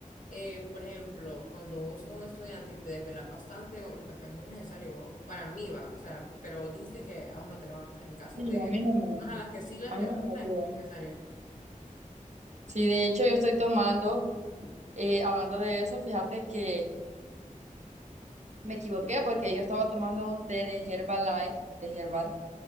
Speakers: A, on the left (about 70°); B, on the right (about 55°).
A: eh, por ejemplo, cuando vos sos un estudiante y te desvelas bastante, o el café es muy necesario para mí, va, o sea, pero vos dijiste que a vos no te levanta. En caso
B: Sí,
A: de las
B: a mí no me,
A: personas a las que sí las
B: a
A: levanta,
B: mí no me ayuda.
A: es muy necesario.
B: Sí, de hecho yo estoy tomando, eh, hablando de eso, fíjate que me equivoqué porque yo estaba tomando un té de Herbalife, de Herbal